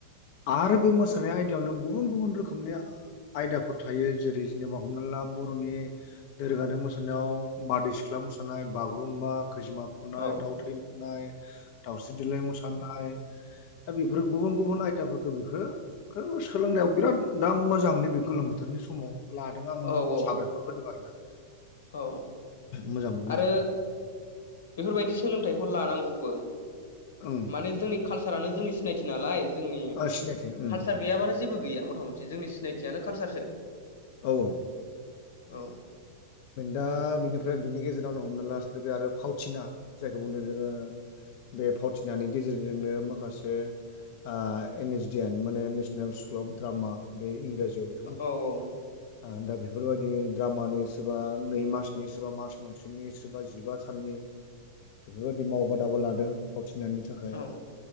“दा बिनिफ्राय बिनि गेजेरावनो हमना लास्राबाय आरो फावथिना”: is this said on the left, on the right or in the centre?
Left